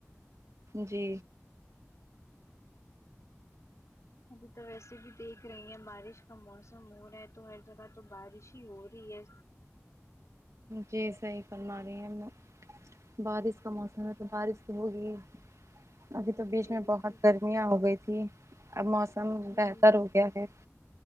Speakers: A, on the right; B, on the left.
A: جی
B: ابھی تو ویسے بھی دیکھ رہی ہیں بارش کا موسم ہو رہا ہے تو ہر جگہ تو بارش ہی ہو رہی ہے
A: جی صحیح فرما رہی ہیں بارش کا موسم ہے تو بارش تو ہوگی ابھی تو بیچ
B: بالکل
A: میں بہت گرمیاں ہو گئی تھی اب موسم
B: جی
A: بہتر ہو گیا ہے